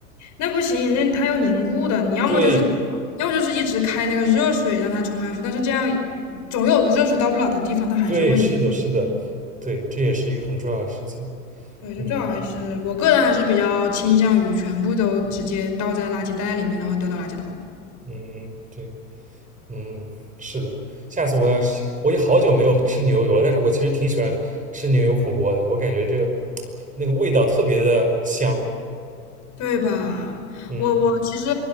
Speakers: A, on the left (about 40°); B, on the right (about 15°).
A: 那不行，那它要凝固的，你要么就是，
B: 对
A: 要么就是一直开那个热水让它冲下去，但是这样总有热水到不了的地方，它还是会凝。
B: 对，是的，是的，对，这也是一个很重要的事情，
A: 对，
B: 嗯
A: 就最好还是我个人还是比较倾向于全部都直接倒在垃圾袋里面，然后丢到垃圾桶，
B: 嗯嗯，对，嗯，是的，下次我要是我已经好久没有吃牛油了，但是我其实挺喜欢吃牛油火锅的，我感觉这个那个味道特别的香，
A: 对吧？
B: 嗯
A: 我我其实